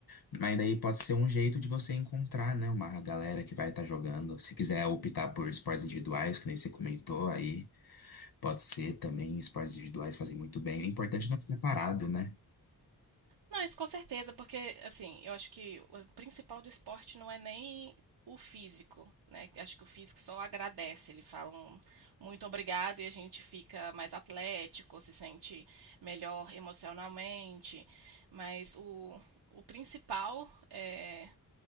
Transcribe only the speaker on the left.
Mas daí pode ser um jeito de você encontrar, né? Uma galera que vai estar jogando. Se quiser optar por esportes individuais, que nem você comentou aí, pode ser também. Esportes individuais fazem muito bem. O importante é não ficar parado, né?